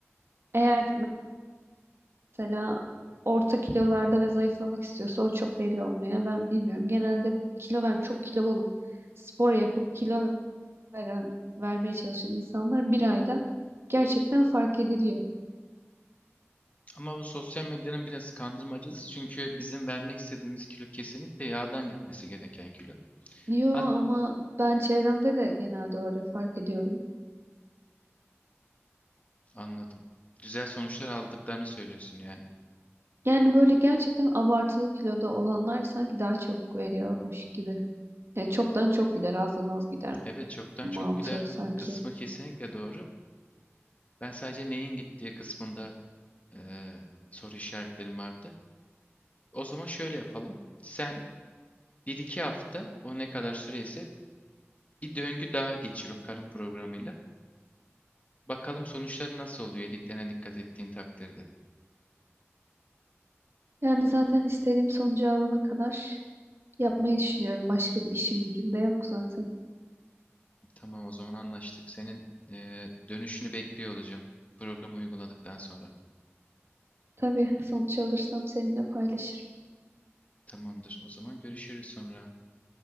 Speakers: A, on the right; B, on the left.
A: eğer mesela orta kilolarda ve zayıflamak istiyorsa o çok belli olmuyor. Yani ben bilmiyorum. Genelde kilo ver çok kilolu olup spor yapıp kilo veren vermeye çalışan insanlar bir ayda gerçekten fark ediliyor.
B: Ama bu sosyal medyanın biraz kandırmacısı çünkü bizim vermek istediğimiz kilo kesinlikle yağdan gitmesi gereken kilo.
A: Yo
B: Hat
A: ama ben çevremde de genelde öyle fark ediyorum.
B: anladım. Güzel sonuçlar aldıklarını söylüyorsun yani.
A: Yani böyle gerçekten abartılı kiloda olanlar sanki daha çabuk veriyormuş gibi. Ya çoktan çok gider, azdan az gider
B: Evet çoktan
A: mantığı
B: çok gider
A: sanki.
B: kısmı kesinlikle doğru. Ben sadece neyin gittiği kısmında e, soru işaretlerim vardı. O zaman şöyle yapalım. Sen bir iki hafta o ne kadar süreyse bir döngü daha geçir o karın programıyla. Bakalım sonuçları nasıl oluyor yediklerine dikkat ettiğin takdirde.
A: Yani zaten istediğim sonucu alana kadar yapmayı düşünüyorum. Başka bir işim gücüm de yok zaten.
B: Tamam o zaman anlaştık. Senin e, dönüşünü bekliyor olacağım programı uyguladıktan sonra.
A: Tabii sonuç alırsam seninle paylaşırım.
B: Tamamdır. O zaman görüşürüz sonra.